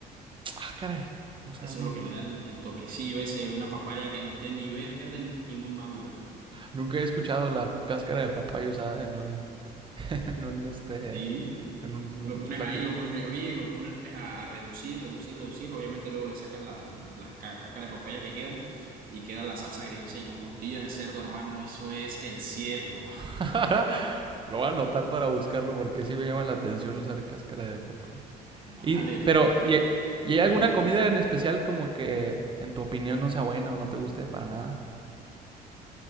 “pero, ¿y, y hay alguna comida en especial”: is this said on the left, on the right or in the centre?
Right